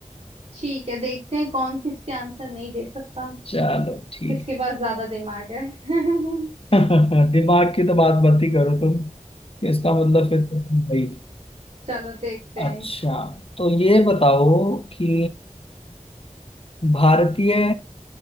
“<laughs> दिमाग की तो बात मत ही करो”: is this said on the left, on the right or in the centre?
Left